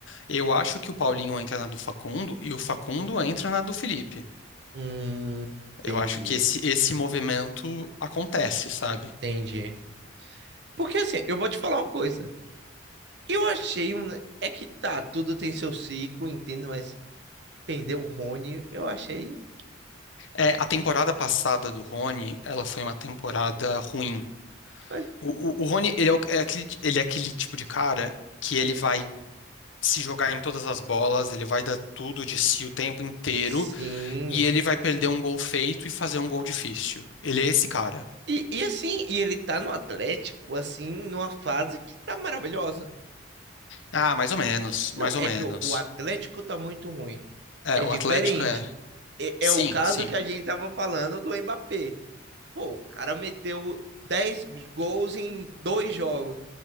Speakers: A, on the left; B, on the right.
A: Eu acho que o Paulinho entra na do Facundo e o Facundo entra na do Felipe.
B: Hum,
A: Eu
B: entendi,
A: acho que esse, esse movimento acontece, sabe?
B: entendi. Porque assim, eu vou te falar uma coisa. Eu achei um. É que tá, tudo tem seu ciclo, entendo, mas perdeu o Rony, eu achei.
A: É, a temporada passada do Rony, ela foi uma temporada ruim.
B: mas,
A: O, o, o Rony, ele é, o- é aquele, ele é aquele tipo de cara que ele vai se jogar em todas as bolas, ele vai dar tudo de si o tempo inteiro
B: Sim.
A: e ele vai perder um gol feito e fazer um gol difícil. Ele é esse cara.
B: E, e assim, e ele tá no Atlético, assim, numa fase que tá maravilhosa.
A: Ah, mais ou menos, mais
B: Não,
A: ou
B: é
A: menos.
B: que o, o Atlético tá muito ruim.
A: É,
B: É
A: o
B: diferente.
A: Atlético é.
B: É,
A: Sim,
B: é o caso
A: sim.
B: que a gente tava falando do Mbappé. Pô, o cara meteu dez gols em dois jogos,